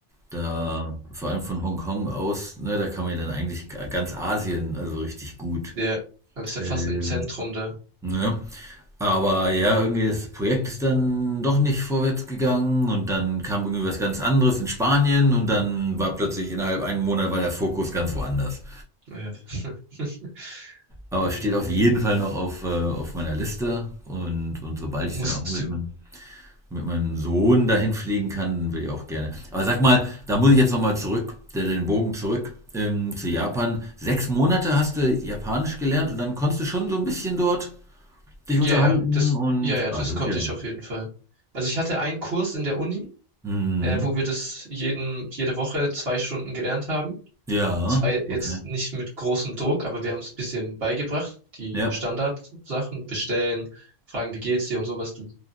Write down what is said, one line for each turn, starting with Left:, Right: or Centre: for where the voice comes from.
Centre: Da, vor allem von Hongkong aus, ne, da kann man ja dann eigentlich g- ganz Asien, also richtig gut.
Right: ja, aber ist ja
Centre: Ähm,
Right: fast im Zentrum da.
Centre: ne? Aber ja, irgendwie das Projekt ist dann doch nicht vorwärts gegangen und dann kam irgendwie was ganz anderes in Spanien und dann war plötzlich innerhalb einem Monat war der Fokus ganz woanders.
Right: Ja. <laughs>
Centre: Aber
Right: Oh
Centre: es steht
Right: Mann.
Centre: auf jeden Fall noch auf, äh, auf meiner Liste und, und sobald ich
Right: Musst
Centre: dann auch mit
Right: du,
Centre: einem mit meinem Sohn dahin fliegen kann, dann will ich auch gerne. Aber sag mal, da muss ich jetzt nochmal zurück, der- den Bogen zurück ähm, zu Japan. Sechs Monate hast du Japanisch gelernt und dann konntest du schon so ein bisschen dort dich
Right: Ja,
Centre: unterhalten
Right: ja, das,
Centre: und.
Right: ja, ja,
Centre: Ah,
Right: das
Centre: das
Right: konnte
Centre: ist ja.
Right: ich auf jeden Fall. Also ich hatte einen Kurs in der Uni,
Centre: Mhm.
Right: äh, wo wir das jeden, jede Woche zwei Stunden gelernt haben.
Centre: Ja,
Right: Zwei jetzt
Centre: okay.
Right: nicht mit großem Druck, aber wir haben es ein bisschen beigebracht. Die
Centre: Ja.
Right: Standardsachen, bestellen, fragen, wie geht's dir und sowas, du